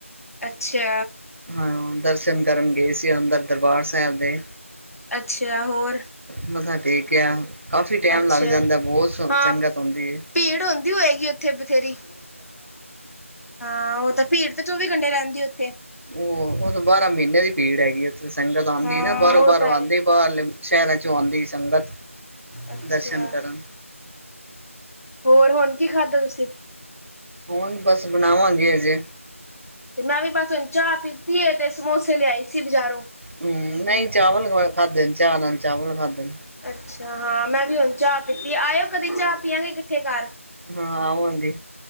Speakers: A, on the left; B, on the right.
A: ਅੱਛਾ
B: ਹਾਂ ਦਰਸ਼ਨ ਕਰਨ ਗਏ ਸੀ ਅੰਦਰ ਦਰਬਾਰ ਸਾਹਿਬ ਦੇ
A: ਅੱਛਾ ਹੋਰ
B: ਮੱਥਾ ਟੇਕਿਆ ਕਾਫੀ ਟਾਈਮ
A: ਅੱਛਾ
B: ਲੱਗ ਜਾਂਦਾ ਬਹੁਤ
A: ਹਾਂ
B: ਸੰਗਤ ਹੁੰਦੀ ਹੈ
A: ਭੀੜ ਹੁੰਦੀ ਹੋਏਗੀ ਉੱਥੇ ਬਥੇਰੀ ਹਾਂ ਉਹ ਤਾਂ ਭੀੜ ਤੇ ਚੌਵੀ ਘੰਟੇ ਰਹਿੰਦੀ ਏ ਉੱਥੇ
B: ਉਹ ਉ ਬਾਰਾਂ ਮਹੀਨਿਆਂ ਦੀ ਭੀੜ ਹੈਗੀ ਉਥੇ ਸੰਗਤ ਆਉਂਦੀ
A: ਹਾਂ
B: ਨਾ ਬਾਹਰੋਂ
A: ਉਹ
B: ਬਾਹਰੋਂ
A: ਤਾਂ
B: ਆਉਂਦੇ
A: ਹੈ
B: ਬਾਹਰਲੇ ਸ਼ਹਿਰਾਂ ਚੋਂ ਆਉਂਦੀ ਸੰਗਤ
A: ਅੱਛਾ
B: ਦਰਸ਼ਨ ਕਰਨ
A: ਹੋਰ ਹੁਣ ਕੀ ਖਾਧਾ ਤੁਸੀਂ
B: ਹੁਣ ਬਸ ਬਣਾਵਾਂਗੇ ਹਜੇ
A: ਤੇ ਮੈਂ ਵੀ ਬਸ ਹੁਣ ਚਾਹ ਪੀਤੀ ਹੈ ਤੇ ਸਮੋਸੇ ਲਿਆਈ ਸੀ ਬਜ਼ਾਰੋਂ
B: ਹੂੰ ਨਹੀਂ ਚਾਵਲ ਖਾਧ ਨੇ ਚਾਅ ਨਾਲ ਚਾਵਲ ਖਾਧ ਨੇ
A: ਅੱਛਾ ਹਾਂ ਮੈਂ ਵੀ ਹੁਣ ਚਾਹ ਪੀਤੀ ਆਇਓ ਕਦੇ ਚਾਹ ਪੀੀਆਂਗੇ ਇਕੱਠੇ ਘਰ
B: ਹਾਂ ਆਾਂਵਾਂਗੇ